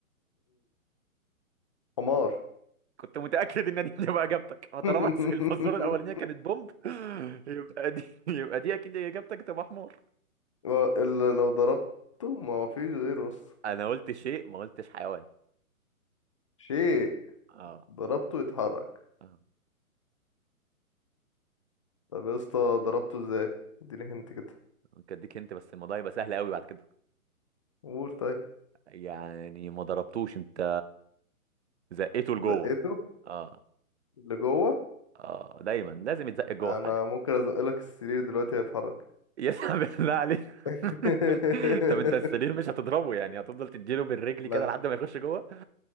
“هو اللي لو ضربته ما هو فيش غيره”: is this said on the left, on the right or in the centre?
Left